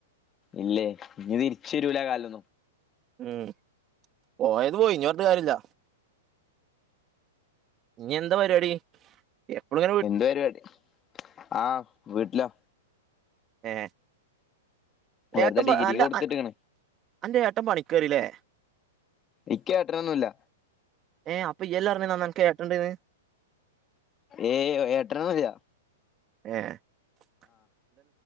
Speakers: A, on the left; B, on the right.
A: ഇല്ലേ ഇനി തിരിച്ചു വരൂല ആ കാലൊന്നും.
B: ഉം പോയത് പോയി ഇനി പറഞ്ഞിട്ട് കാര്യില്ല. ഇനി എന്താ പരിപാടി? എപ്പോഴും
A: എന്ത് പരിപാടി ആഹ് വീട്ടില.
B: ഏ
A: വെറുതെ
B: ഏട്ടൻ
A: ഡിഗ്രിക്ക്
B: ആ
A: കൊടുത്തിട്ട്ക്ക്ണ്
B: ആൻ്റെ ഏട്ടൻ പണിക്കേറിയല്ലേ?
A: എൻക് ഏട്ടൻ ഒന്നുല്ലാ.
B: ഏ അപ്പൊ ഈ അല്ലെ പറഞ്ഞേ അനക്ക് ഏട്ടൻ ഇണ്ടെന്ന്
A: ഏയ് ഏട്ടൻ ഒന്നുല്ലാ
B: ഏ <unintelligible>